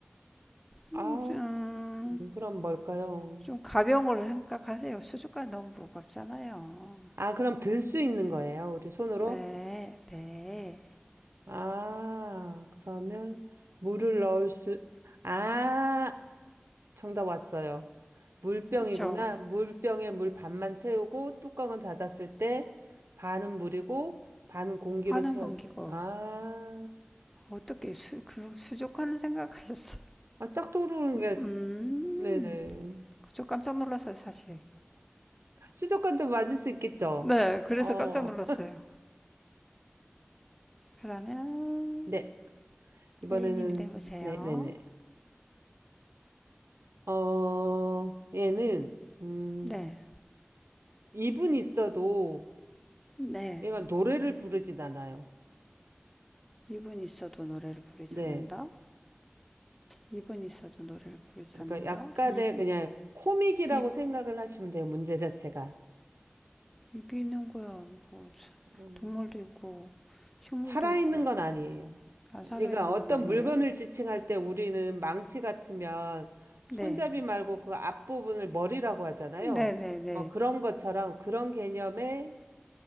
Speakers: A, on the right (about 75°); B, in the centre.
A: 아,
B: 음, 음,
A: 음, 그럼 뭘까요?
B: 좀 가벼운 걸로 생각하세요. 수족관 너무 무겁잖아요.
A: 아, 그럼 들 수 있는 거예요? 우리 손으로?
B: 네, 네.
A: 아, 그러면 물을 넣을 수, 아, 정답 왔어요. 물병이구나.
B: 그쵸.
A: 물병에 물 반만 채우고 뚜껑은 닫았을 때 반은 물이고 반은 공기로
B: 파는
A: 채워져.
B: 건기고.
A: 아,
B: 어떻게 수, 그, 수족관을 생각하셨어요?
A: 아, 딱 떠오르는
B: <laughs>
A: 게,
B: 음,
A: 네네.
B: 저 깜짝 놀랐어요, 사실.
A: 수족관도 맞을 수 있겠죠?
B: 네, 그래서
A: 어,
B: 깜짝 놀랐어요. 그러면,
A: 네. 이번에는,
B: A님이 내보세요.
A: 네네네. 어, 얘는, 음,
B: 네.
A: 입은 있어도
B: 네.
A: 얘가 노래를 부르진 않아요.
B: 입은 있어도 노래를 부르지
A: 네.
B: 않는다. 입은 있어도 노래를 부르지
A: 그러니까
B: 않는다.
A: 약간의
B: 입,
A: 그냥 코믹이라고
B: 입,
A: 생각을 하시면 돼요. 문제 자체가.
B: 입이 있는 거야. 뭐,
A: 음,
B: 동물도 있고, 식물도
A: 살아있는
B: 있고,
A: 건 아니에요.
B: 아,
A: 그러니까
B: 살아있는
A: 어떤
B: 건 아니에요?
A: 물건을 지칭할 때 우리는 망치 같으면 손잡이
B: 네.
A: 말고 그 앞부분을 머리라고 하잖아요.
B: 네네네.
A: 뭐 그런 것처럼 그런 개념에